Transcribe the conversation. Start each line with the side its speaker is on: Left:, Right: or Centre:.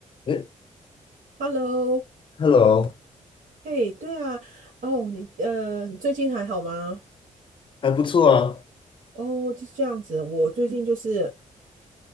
Left: 哎
Right: Hello，
Left: ，Hello，
Right: 嘿，对啊，哦，你呃，你最近还好吗？
Left: 还不错啊。
Right: 哦，就是这样子。我最近就是